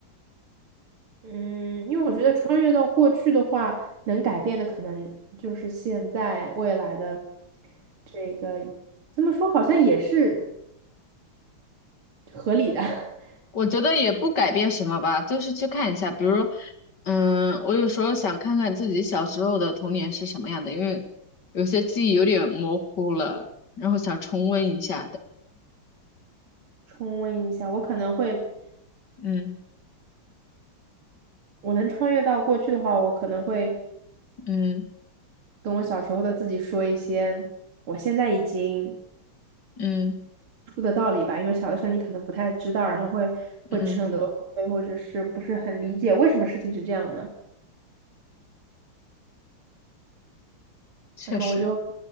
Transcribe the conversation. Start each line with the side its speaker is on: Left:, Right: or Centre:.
Right: <laughs> 嗯，因为我觉得穿越到过去的话，能改变的可能就是现在未来的这个，这么说好像也是合理的。<laughs>
Left: 我觉得也不改变什么吧，就是去看一下，比如，嗯，我有时候想看看自己小时候的童年是什么样的，因为有些记忆有点模糊了，然后想重温一下的，
Right: 重温一下，我可能会。
Left: 嗯
Right: 我能穿越到过去的话，我可能会
Left: 嗯
Right: 跟我小时候的自己说一些我现在已经
Left: 嗯
Right: 出的道理吧，因为小的时候你可能不太知道，然后会会吃很多亏，
Left: 嗯，
Right: 或者是不是很理解为什么事情是这样的，
Left: 确实。
Right: 然后我就